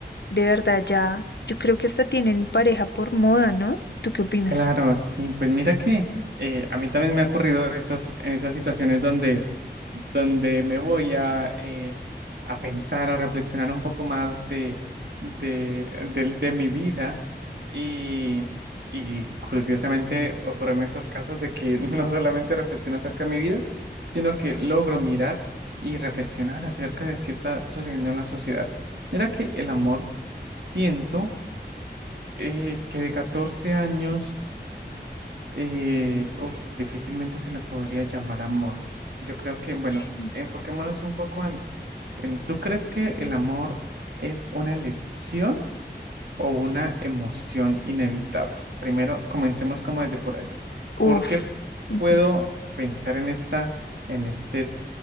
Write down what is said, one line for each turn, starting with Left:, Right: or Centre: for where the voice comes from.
Left: de verdad ya, yo creo que hasta tienen pareja por moda, ¿no? ¿Tú qué opinas?
Right: Claro, sí, pues mira que eh, a mí también me ha ocurrido esos, en esas situaciones donde, donde me voy a, eh, a pensar, a reflexionar un poco más de, de, del- de mi vida y, y curiosamente ocurren esos casos de que <laughs> no solamente reflexiono acerca de mi vida, sino que logro mirar y reflexionar acerca de qué está sucediendo en la sociedad. Mira que el amor, siento eh, que de 14 años eh, uf, difícilmente se le podría llamar amor. Yo creo que, bueno,
Left: Sí.
Right: enfoquémonos un poco en, en, ¿tú crees que el amor es una elección o una emoción inevitable? Primero, comencemos como desde por allí. ¿Por
Left: Uf.
Right: qué
Left: ujú,
Right: puedo pensar en esta, en este,